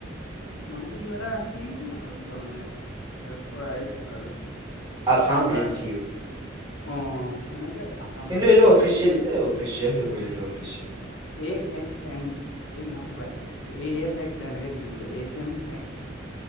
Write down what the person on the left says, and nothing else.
নামটো কিবা এটা ৰাখি দিম আৰু কিবা মানে হেল্প কৰা ৰাখিব আৰু।
মানে যাৰ
অহ মানে কে আছাম
বা
A S M. এই নহয় কিবা এ এছ এক্স এনেকে দি দিম ক H M X